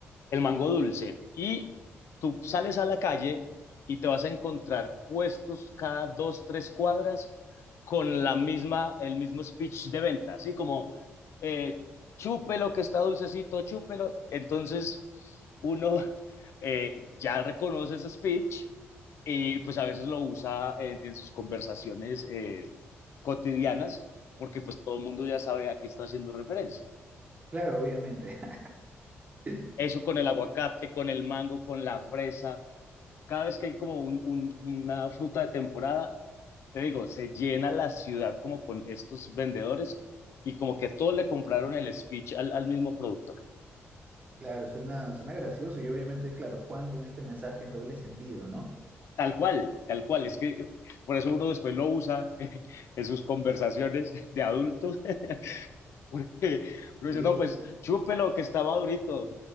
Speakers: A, on the left (about 65°); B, on the right (about 30°).
A: el mango dulce. Y tú sales a la calle y te vas a encontrar puestos cada dos, tres cuadras con la misma, el mismo speech de venta, así como eh, chúpelo que está dulcecito, chúpelo. Entonces uno eh, ya reconoce ese speech y pues a veces lo usa en, en sus conversaciones eh, cotidianas porque pues todo el mundo ya sabe a qué está haciendo referencia.
B: Claro, obviamente. <laughs>
A: Eso con el aguacate, con el mango, con la fresa, cada vez que hay como un- un- una fruta de temporada, te digo, se llena la ciudad como con estos vendedores y como que todos le compraron el speech al, al mismo productor.
B: Claro, suena, suena gracioso y obviamente, claro, Juan con este mensaje en doble sentido, ¿no?
A: Tal cual, tal cual. Es que por eso uno después lo usa <laughs> en sus conversaciones de adulto. <laughs> Porque uno dice,
B: Sí,
A: no, pues chúpelo que está madurito.